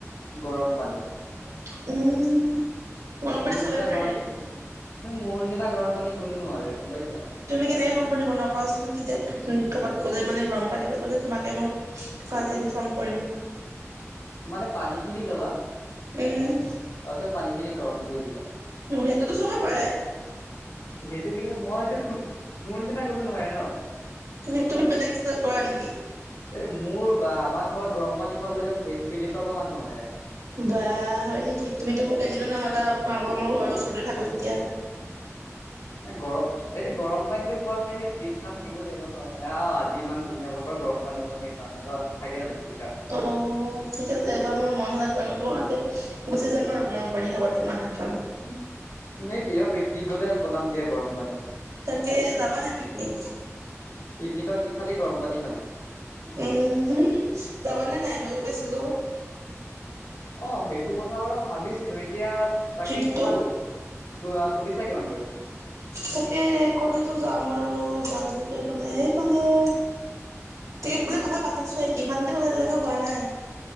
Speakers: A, on the left; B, on the right.
A: গৰম পানী।
B: উম। গৰম পানী
A: মোৰ
B: চবে
A: নিচিনা
B: পাৰে।
A: গৰম, মোৰ নিচিনা গৰম পানী কোনো নোৱাৰে গম পাইছা।
B: তুমি কেনেকে গৰম পানী বনোৱা কোৱাচোন! তেতিয়া, ক-ক'বাত গ'লে মানে গৰম পানী কৰিবলে তোমাকে মই আজি ইনফৰ্ম কৰিম!
A: মানে পানী খিনি ল'বা
B: উম।
A: তাৰপিছত পানী খিনি গৰম কৰি দিবা!
B: উম, সেইটোতো চবে পাৰে?
A: সেইটো কিন্তু মইতো, মোৰ নিচিনা কোনো নোৱাৰে ন?
B: তুমি-তুমি, বেলেগ ইষ্টাইল কৰা নেকি?
A: এই মোৰ বা আমাৰ ঘৰত গৰম পানী খাবলৈ একদম দেশ বিদেশৰ পৰা মানুহ আহে।
B: বা! হয় নেকি? তুমিতো মোক এদিনো নামাতা, তোমালোকৰ মই ঘৰৰ ওচৰতে থাকো যেতিয়া।
A: এ গৰ এইটো গৰম পানীটো খোৱাৰ মানে সেইটো বিখ্যাত থাকিব লাগিব ন? মানে, অ' আজি ইমান ধুনীয়া বতৰ গৰম পানী অকণে খাওঁ। থাকে জানো <inaudible>
B: অ', ঠিক আছে। এইবাৰ মোৰ মাহত জন্ম হওঁতে গুচি যাম আৰু গৰম পানী খাব তোমাৰ হাতৰ।
A: উম, এনে দিয়া পিকনিক গ'লে বনাম দিয়া গৰম পানী।
B: তাকে, যাবা নে পিকনিক?
A: পিকনিকত কি খালি, গৰম পানী খালোঁ।
B: এই কি যাবা নে নাই মই যে কৈছিলো?
A: অঁ সেইটো কথা বাৰু ভাবিছিলো এতিয়া তাকে
B: ট্ৰিপটো?
A: কিমান ত আ তুলিছা কিমান কৈ?
B: তাকে কলেজো যাওঁ বাৰু যাবলৈতো <unintelligible> এইফালে তুলিবলৈ কথা পাতিছোহে কিমান কে তুলিম এতিয়ালৈকে হোৱা নাই।